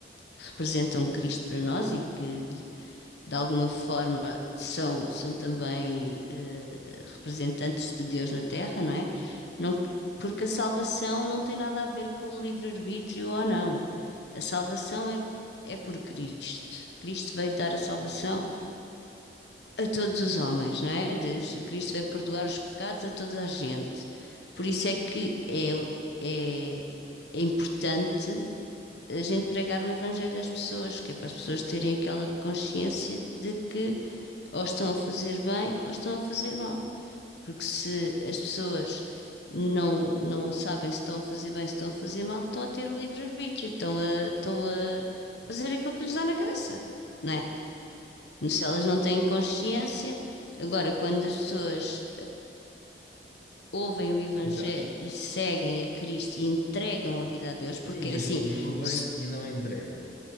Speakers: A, on the left; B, on the left.
A: representam Cristo para nós e que, de alguma forma, são, são também eh, representantes de Deus na Terra, não é? Não- porque a salvação não tem nada a ver com o livre-arbítrio ou não. A salvação é, é por Cristo. Cristo veio dar a salvação a todos os homens, não é? Deus- Cristo veio perdoar os pecados a toda a gente. Por isso é que é, é, é importante a gente pregar o evangelho às pessoas, que é para as pessoas terem aquela consciência de que ou estão a fazer bem ou estão a fazer mal. Porque se as pessoas não, não sabem se estão a fazer bem, se estão a fazer mal, estão a ter o livre-arbítrio, estão a, estão a fazer aquilo que lhes dá na cabeça, não é? Se elas não têm consciência, agora quando as pessoas ouvem o Evangelho
B: Exato.
A: e seguem a Cristo e entregam a vida a Deus, porque
B: Sim, e
A: é assim,
B: as que ouvem
A: se
B: e não entregam,